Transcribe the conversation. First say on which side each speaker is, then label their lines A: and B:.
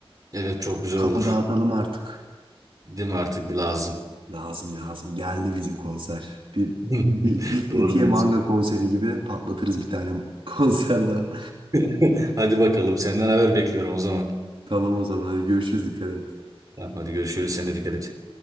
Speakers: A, on the right; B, on the right.
A: Evet çok güzel
B: Kafa
A: olur.
B: dağıtalım artık.
A: Değil mi artık bir lazım.
B: Lazım lazım. Geldi bizim konser. Bir,
A: <laughs>
B: bir, bir Fethiye
A: Doğru diyorsun.
B: Manga konseri gibi patlatırız bir tane <laughs> konser daha.
A: <laughs> Hadi bakalım senden haber bekliyorum o zaman.
B: Tamam o zaman hadi görüşürüz dikkat et.
A: Tamam hadi görüşürüz. Sen de dikkat et.